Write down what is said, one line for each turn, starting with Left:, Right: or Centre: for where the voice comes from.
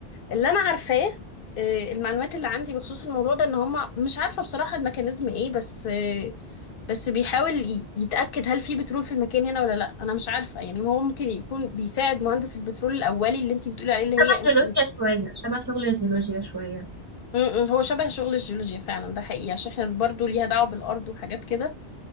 Left: اللي انا عارفاه آه، المعلومات اللي عندي بخصوص الموضوع ده ان هم مش عارفة بصراحة الميكانيزم ايه بس آه، بس بيحاول ي- يتأكد هل في بترول في المكان هنا ولا لا انا مش عارفة يعني هو ممكن يكون بيساعد مهندس البترول الاولي اللي انت بتقولي عليه اللي
Right: شبه
Left: هي انت
Right: جيولوجيا
Left: م-
Right: شويه شبه شغل الجيولوجيا شويه
Left: م، هو شبه شغل الجيولوجيا فعلا ده حقيقي عشان احنا برضو ليها دعوة بالارض وحاجات كده